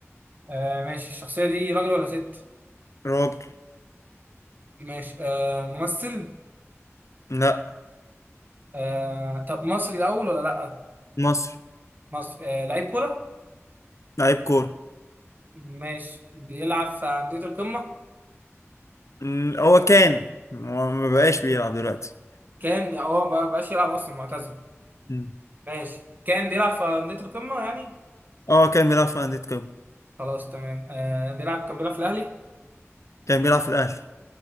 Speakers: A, on the right; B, on the left.
A: آه ماشي الشخصية دي راجل ولا ست؟
B: راجل
A: ماشي آه ممثل
B: لا
A: آه طب مصري الأول ولا لأ؟
B: مصري
A: مصري آه لعيب كورة؟
B: لعيب كوره
A: ماشي بيلعب في أندية القمة؟
B: مم، هو كان هو ما بقاش بيلعب دلوقتي
A: كان اه ما بقاش يلعب أصلا معتزل
B: مم.
A: ماشي كان بيلعب في أندية القمة يعني
B: اه كان بيلعب في انديه قمه
A: خلاص تمام آه بيلعب كان بيلعب في الأهلي
B: كان بيلعب في الاهلي